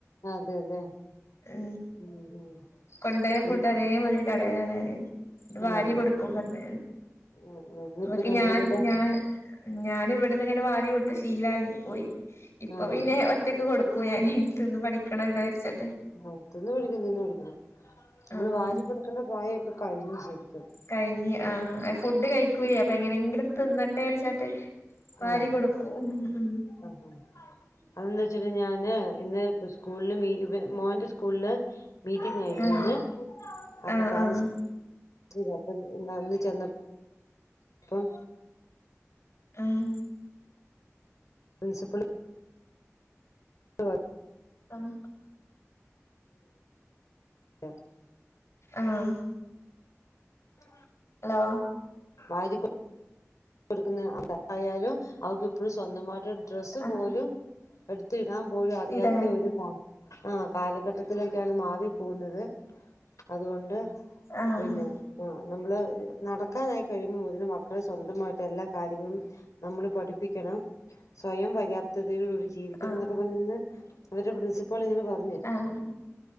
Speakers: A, on the left; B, on the left.
A: അതെല്ലേ
B: ഉ
A: ഉം ഉം
B: കൊണ്ട് പോയ
A: ഇനി
B: ഫുഡ് അതേമാതിരി കളയലാണ് ഇത്
A: ആഹ്
B: വാരി കൊടുക്കും പറഞ്ഞ
A: ആഹ് ആഹ് ഇന്നിപ്പോ
B: ഉ ക്ക് ഞാൻ
A: ഇവരുടെ
B: ഞാൻ ഞാനൻ ഇവിടെന്ന് ഇങ്ങനെ വാരിയ കൊടുത്ത് ശീലായി പോയി ഇപ്പൊ
A: ആഹ്
B: പിന്നെ ഒറ്റക്ക് കൊടുക്കുവ ഞാൻ തിന്ന് പഠിക്കണല്ലോ ച്ച്
A: ആ തിന്ന് പടിക്കണം തിന്നു പടിക്കണം നമ്മള്
B: ആഹ്
A: വാരി കൊടുക്കേണ്ട പ്രായൊക്കെ കഴിഞ്ഞു ശെരി
B: കഴിഞ്ഞ ആ ഫുഡ് കഴിക്കൂല അപ്പൊ എങ്ങനെങ്കിലും ഒന്ന് തിന്നട്ടെ അരച്ചട്ട് വാരി
A: ആഹ്
B: കൊടുക്കും ഉ
A: ആഹ് ആഹ് അതെന്താ വെച്ചിട്ട് ഞാന് ഇന്ന് സ്കൂളില് മോന്റെ സ്കൂളില് മീറ്റിംഗ് ആയിരുന്നുന്ന്
B: ആഹ്
A: അപ്പം
B: ആഹ്
A: പേരൻസ്
B: ആഹ്
A: ഇത അപ്പം നന്ന ചെന്ന ഇപ്പം
B: ഉം
A: പ്രിൻസിപ്പൽ <unintelligible>
B: ആണ്
A: ആ
B: ആഹ്
A: <unintelligible>
B: ഹലോ
A: വാരിക്കോ കൊടുക്കുന്ന അതായാലും അവർക്ക് ഇപ്പോഴും സ്വന്തമായിട്ട് ഡ്രസ്സ്
B: ആഹ്
A: പോലും എടുത്തിടാൻ പോലും അറിയാത്ത
B: ഇതാ
A: ഒരു പാവം ആ കാലഘട്ടത്തിലേക്കാണ് മാവി പോകുന്നത് അതുകൊണ്ട്
B: ആഹ്
A: പിന്നെ ആ നമ്മള് നടക്കാനായി കഴിയുമ്പോൾ മുതൽ മക്കള് സ്വന്തമായി ട്ട് എല്ലാ കാര്യങ്ങളും നമ്മള് പഠിപ്പിക്കണം സ്വയം പര്യാപ്ത <unintelligible> ജീവിക്കണം
B: ആഹ്
A: എന്നൊക്കെ പറഞ്ഞെന്ന് അവരുടെ പ്രിൻസിപ്പാൾ ഇങ്ങനെ പറഞ്ഞു
B: ആഹ്